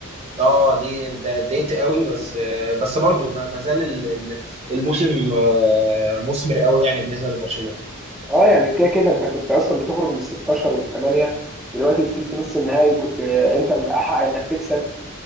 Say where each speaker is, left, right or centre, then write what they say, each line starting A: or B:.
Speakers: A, on the right (about 30°); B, in the centre.
A: اه دي ده اتضايقت قوي بس آه، بس برضو ما ما زال ال- ال- الموسم آه، مثمر قوي يعني بالنسبه لبرشلونه
B: اه يعني كده كده انت كنت اصلا بتخرج من 16 والثمانيه دلوقتي وصلت نص النهائي وكنت انت الاحق انك تكسب